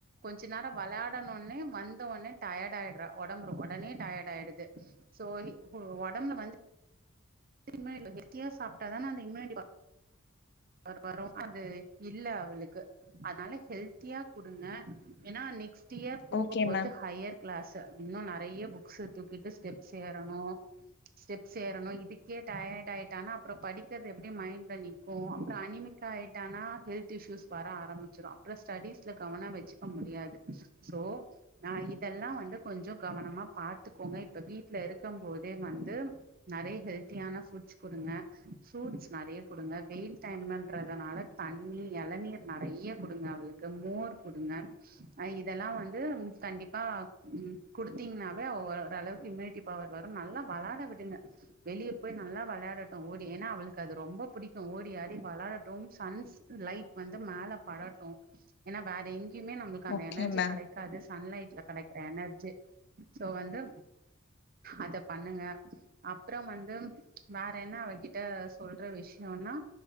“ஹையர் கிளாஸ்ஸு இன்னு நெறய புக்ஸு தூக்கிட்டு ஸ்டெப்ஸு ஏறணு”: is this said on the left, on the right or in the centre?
Right